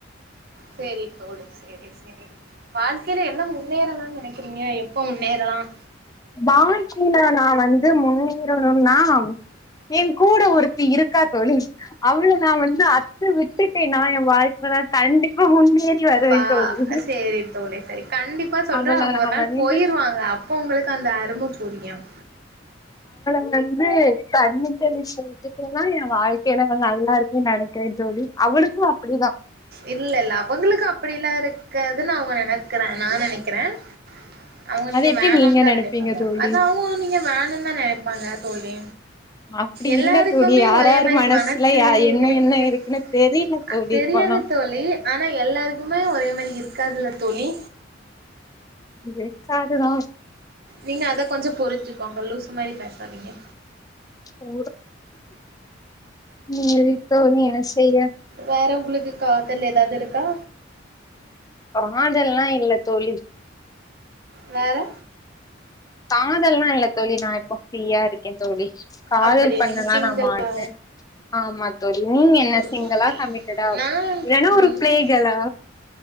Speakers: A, on the right; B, on the left.
A: செரி தோழு செரி செரி வாழ்க் கீழ என்ன முன்னேறல்லாம் நனைக்கிறீங்க எப்ப முன்னேறலாம்
B: வாழ்க்கையில நா வந்து முன்னேறணும்னா யேன் கூட ஒருத்தி இருக் கா தோழி அவள நா வந்து அத்து விட்டுட்டு நா என் வாழ்க்கைல கண்டிப்பா முன்னேறி வருவே
A: பா
B: தோழி
A: சேரி தோழி சேர் கண்டிப்பா சொல்ற
B: அவள
A: அவங்க
B: நா
A: ஒரு நாள்
B: வந்து
A: போயிருவாங்க அப்ப உங்களுக் கந்த அரும்ப புரியும்
B: இங்கந்து தண்ணி தெளிச் விட்டுட்டன்னா ய வாழ்க்கையில நல்லா இருக்குன் நனைக்கறேன் தோழி அவளுக்கும் அப்படிதா
A: இல்ல இல்ல அவங்களுக்கு அப்படில்லா இருக்காதுன் அவங்க நனக்கறன் நா நனைக்கிறேன் அவ்ங்க நீங்க
B: அது எப்டி
A: வேணும்னு தா
B: நெனைப்பீங்க
A: நெனைப்பாங்க
B: தோழி
A: அது அவ்ங்க நீங்க வேணும் தா நனைப்பாங்க தோழி
B: அப்டி
A: எல்லாருக்குமே
B: இல்ல தோழி யார்
A: ஒரே
B: யார்
A: மாரி
B: மனசுல
A: மனசு
B: யா என்ன
A: இருக்க
B: என்ன இருக்குன்னு தெரில
A: அது
B: தோழி
A: தெரியாது
B: இப்பல்லா
A: தோழி ஆனா எல்லாருக்குமே ஒரே மாரி இருக்காதுல தோழி
B: இருக்காதுதா
A: நீங்க அத கொஞ்ச புரிஞ்சுக்கோங்க லூசு மாரி பேசாதீங்க
B: ஓ நீங்க எப்டி தோழி என்ன செய்ற
A: வேற உங்களுக்கு காதல் எதாவ்து இருக்கா
B: காதல்லா இல்ல தோழி
A: வேற
B: காதல்லா இல்ல தோழி நா இப்போ ஃப்ரீயா இருக்கே தோழி காதல்
A: அப்படி
B: பண்ணலா
A: நீங்க சிங்கிளா
B: நா மாட்டே ஆமா தோழி நீங்க என்ன
A: சரி
B: சிங்கலா
A: ஓகே.
B: கமிட்டடா
A: நா
B: இல்லனா
A: வந்து
B: ஒரு பிளே கேர்ளா